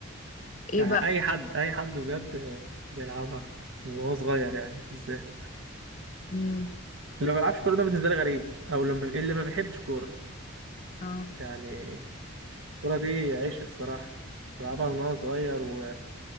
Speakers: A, on the left (about 35°); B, on the right (about 60°).
A: ايه
B: يعني
A: بقى
B: أي حد أي حد بجد بيلعبها وهو صغير يعني في ازاي
A: مم.
B: اللي ما بيلعبش كورة ده بالنسبة لي غريب أو اللي ما بي- اللي ما بيحبش كورة
A: اه
B: يعني الكورة دي عشق الصراحة بلعبها من وأنا صغير و...